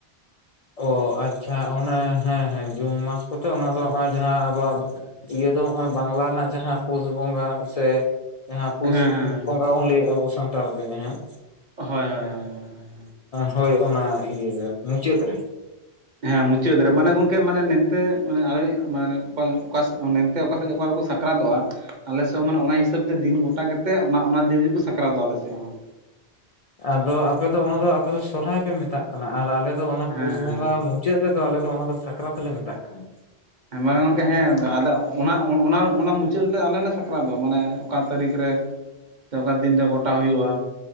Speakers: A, on the left; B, on the right.
A: ᱚ ᱟᱪᱪᱷᱟ ᱚᱱᱮ ᱦᱮᱸ ᱦᱮᱸ ᱡᱩᱱ ᱢᱟᱥ ᱠᱚᱛᱮ ᱚᱱᱟ ᱫᱚ ᱱᱚᱜᱚᱭ ᱡᱟᱦᱟᱸ ᱟᱵᱚᱣᱟᱜ ᱤᱭᱟᱹ ᱫᱚ ᱱᱚᱜᱼᱚᱭ ᱵᱟᱝᱞᱟ ᱨᱮᱱᱟᱜ ᱡᱟᱦᱟᱸ ᱯᱩᱥ ᱵᱚᱸᱜᱟ ᱥᱮ ᱡᱟᱦᱟᱸ ᱯᱩᱥ
B: ᱦᱮᱸ ᱦᱮᱸ
A: ᱵᱚᱸᱜᱟ ᱵᱚᱱ ᱞᱟᱹᱭᱮᱫᱟ ᱟᱵᱚ ᱥᱟᱱᱛᱟᱲ ᱨᱮ ᱦᱮᱸ
B: ᱦᱳᱭ ᱦᱳᱭ ᱦᱳᱭ ᱦᱳᱭ
A: ᱦᱳᱭ ᱚᱱᱟ ᱤᱭᱟᱹ ᱜᱮ ᱢᱩᱪᱟᱹᱫ ᱨᱮ
B: ᱦᱮᱸ ᱢᱩᱪᱟᱹᱫ ᱨᱮ ᱢᱟᱱᱮ ᱜᱚᱝᱠᱮ ᱢᱟᱱᱮ ᱱᱮᱛᱮ ᱢᱟᱱᱮ ᱟᱞᱮᱤᱡ ᱢᱟᱱᱮ ᱚᱠᱟ ᱚᱠᱟ ᱛᱮ ᱚᱠᱟ ᱥᱮᱫ ᱚᱠᱟ ᱨᱮᱠᱚ ᱥᱟᱠᱨᱟᱛᱚᱜᱼᱟ ᱟᱞᱮᱥᱮᱫ ᱦᱚᱸ ᱢᱟᱱᱮ ᱚᱱᱟ ᱦᱤᱥᱟᱹᱵ ᱛᱮ ᱫᱤᱱ ᱜᱚᱴᱟ ᱠᱟᱛᱮᱫ ᱚᱱᱟ ᱫᱤᱱ ᱨᱮᱠᱚ ᱥᱟᱠᱨᱟᱛ ᱫᱚ ᱟᱞᱮᱥᱮᱫ ᱦᱚᱸ
A: ᱟᱫᱚ ᱟᱯᱮ ᱫᱚ ᱚᱱᱟ ᱫᱚ ᱟᱯᱮ ᱫᱚ ᱥᱚᱨᱦᱟᱭ ᱯᱮ ᱢᱮᱛᱟᱜ ᱠᱟᱱᱟ ᱟᱨ ᱟᱞᱮᱫᱚ ᱚᱱᱟ
B: ᱦᱮᱸ
A: ᱯᱩᱥ
B: ᱦᱮᱸ
A: ᱵᱚᱸᱜᱟ ᱢᱩ ᱼᱼ ᱢᱩᱪᱟᱹᱫ ᱨᱮᱫᱚ ᱟᱞᱮ ᱫᱚ ᱚᱱᱟ ᱫᱚ ᱥᱟᱠᱨᱟᱛ ᱞᱮ ᱢᱮᱛᱟᱜ ᱠᱟᱱᱟ
B: ᱮᱸ ᱢᱟᱱᱮ ᱜᱚᱢᱠᱮ ᱦᱮᱸ ᱜᱚᱝᱠᱮ ᱚᱱᱟ ᱚᱱᱟ ᱚᱱᱟ ᱢᱩᱪᱟᱹᱫ ᱨᱮ ᱟᱞᱮ ᱞᱮ ᱥᱟᱠᱨᱟᱛᱼᱟ ᱢᱟᱱᱮ ᱚᱠᱟ ᱛᱟᱹᱨᱤᱠᱷ ᱨᱮ ᱚᱠᱟ ᱫᱤᱱ ᱨᱮ ᱜᱚᱴᱟ ᱦᱩᱭᱩᱜᱼᱟ